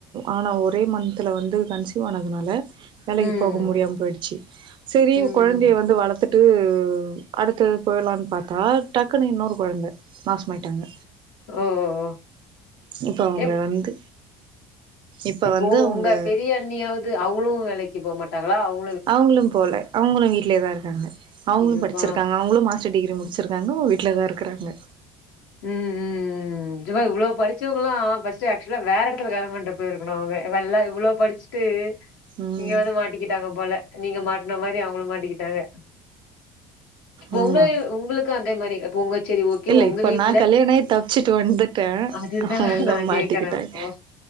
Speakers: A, on the right (about 50°); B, on the left (about 80°).
A: ஆன ஒரே மன்த்துல வந்து கன்சியூவ் ஆனதுனால வேலைக்கு
B: ம்.
A: போக முடியாம போயிடுச்சு செரி
B: ம்.
A: கொழந்தைய வந்து வளத்துட் டு அடுத்த போய்லாம்னு பாத்தா டக்குனு இன்னொரு கொழந்த மாஸ் மாட்டாங்க
B: ஓ! ஓ!
A: இப்ப அவங்க
B: எப்
A: வந்து இப்ப
B: இப்போ
A: வந்து அவுங்க
B: உங்க பெரிய அண்ணியாவது அவங்களு வேலைக்கு போக மாட்டாங்களா அவங்
A: அவங்களும் போல அவங்களு வீட்லேதா இருக்காங்க அவங்களும்
B: ஐயோ!
A: படிச்சிருக்காங்க
B: அப்பா!
A: அவங்களும் மாஸ்டர் டிகிரி முடிசிருக்காங்க வீட்ல தா இருக்கிறாங்க
B: ம் <unintelligible> இவ்ளோ படிச்சவங்கலாம் ஃபஸ்டு ஆக்சுவலா வேற இடத்துல வேரா இடத்துல கல்யாணம் பண்ணுட்டு போயிருக்கு அவங்க இவ எல்லா இவ்ளோ படிச்சுட்டு
A: ம்
B: நீங்க வந்து மாட்டிக்கிட்டாங்க போல நீங்க மாட்ன மாரி அவங்களு மாட்டிக்கிட்டாங்க
A: ஆமா
B: உங்க உங்களுக்கு அதே மாரி போங்க செரி ஓகே
A: இல்ல
B: உங்க
A: இப்ப
B: வீட்
A: நா கல்யாண ஆயி தப்பச்சுட்டு வந்துட்டே
B: அதுதான்
A: அவங்க
B: நான்
A: மாட்டிக்கிட்டாங்க
B: கேக்குறேன் இப்போ